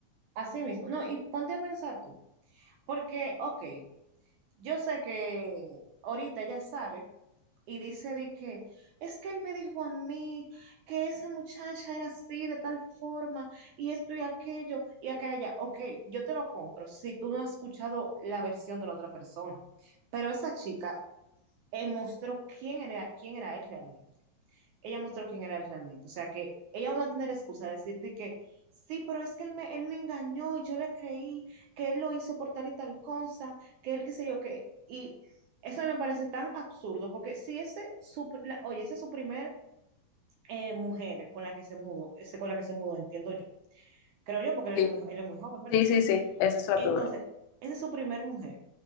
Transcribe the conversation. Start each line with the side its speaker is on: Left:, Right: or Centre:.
Right: Así mismo. No, y ponte a pensar tú. Porque, ok, Yo sé que ahorita ella sale y dice de que es que él me dijo a mí que esa muchacha era así, de tal forma, y esto y aquello, y aquella. Ok, yo te lo compro si tú no has escuchado la versión de la otra persona. Pero esa chica eh, mostró quién era, quién era él realmente ella mostró quién era él realmente. O sea que ella no va a tener excusa de decirte que sí, pero es que él me, él me engañó y yo le creí que él lo hizo por tal y tal cosa, que él qué sé yo qué. Y eso me parece tan absurdo porque si ese, su, la- oye, ese es su primer eh, mujer con la que se mudó, ese con la que se mudó, entiendo yo. Creo yo porque él
Left: Sí,
Right: es muy, él es muy joven, ¿verdad?
Left: sí, sí, sí. Esa es la
Right: Entonces,
Left: prueba.
Right: esa es su primer mujer.